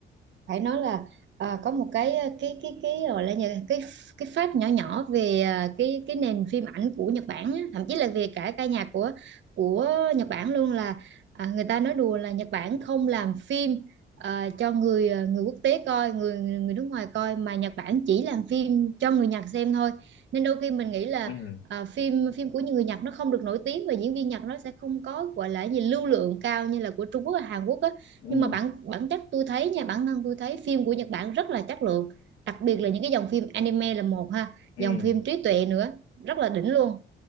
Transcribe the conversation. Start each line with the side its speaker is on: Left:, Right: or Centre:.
Right: phải nói là à, có một cái ờ, cái cái cái gọi là nhà- cái cái fact nhỏ nhỏ về à, cái cái nền phim ảnh của Nhật Bản á, thậm chí là về cả ca nhạc của của Nhật Bản luôn là à, người ta nói đùa là Nhật Bản không làm phim à, cho người à, người quốc tế coi người người nước ngoài coi mà Nhật Bản chỉ làm phim cho người Nhật xem thôi nên đôi khi mình nghĩ là
Left: ừ
Right: à, phim phim của những người Nhật nó không được nổi tiếng và diễn viên Nhật nó sẽ không có gọi là gì lưu lượng cao như là của Trung Quốc và Hàn Quốc á
Left: ừ
Right: nhưng mà bản bản chất tôi thấy nha bản thân tôi thấy phim của Nhật Bản rất là chất lượng đặc biệt là những cái dòng phim anime là một ha
Left: ừ
Right: dòng phim trí tuệ nữa rất là đỉnh luôn